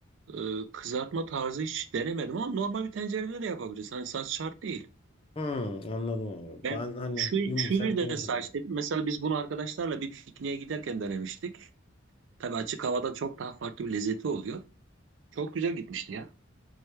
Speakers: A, on the right (about 65°); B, on the left (about 30°).
A: e, kızartma tarzı hiç denemedim ama normal bir tencerede de yapabilirsin. Hani saç şart değil.
B: Hmm, anladım abi.
A: Ben
B: Ben hani
A: şu,
B: yumuşak
A: şu yüzden
B: deyince
A: saç
B: dedim.
A: dedim. Mesela biz bunu arkadaşlarla bir pikniğe giderken denemiştik. Tabii açık havada çok daha farklı bir lezzeti oluyor. Çok güzel gitmişti ya.